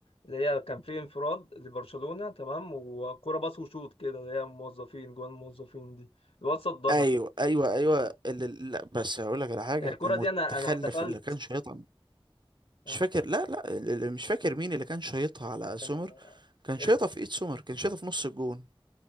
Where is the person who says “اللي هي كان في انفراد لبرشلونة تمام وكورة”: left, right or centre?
Left